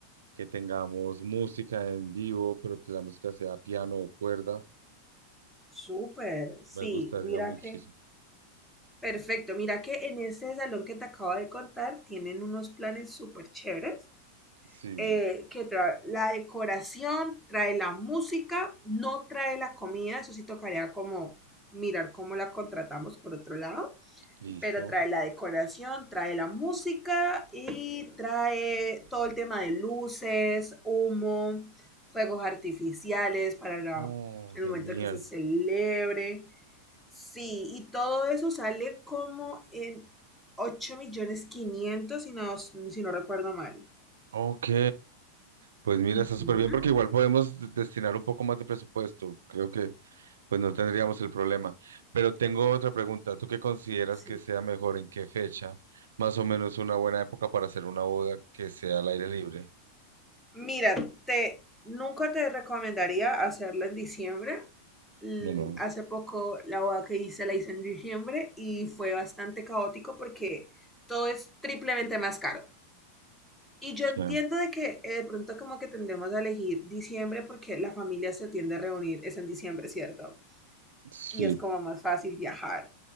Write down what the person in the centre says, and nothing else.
súper. Sí,
mira
que Perfecto, mira que en ese salón que te acabo de contar tienen unos planes súper chéveres,
eh, que trae la decoración, trae la música, no trae la comida, eso sí tocaría como mirar cómo la contratamos por otro lado,
pero trae la decoración, trae la música y trae todo el tema de luces, humo, fuegos artificiales para la-
el
momento que se celebre. Sí, y todo eso sale como en 8 millones 500 si no, si no recuerdo mal.
Ujú,
Sí.
Mira, te, nunca te recomendaría hacerlo en diciembre. Mm,
Hace poco la boda que hice la hice en diciembre y fue bastante caótico porque todo es triplemente más caro. Y yo
entiendo de que eh, de pronto como que tendemos a elegir diciembre porque la familia se tiende a reunir, es en diciembre, ¿cierto?
y es como más fácil viajar,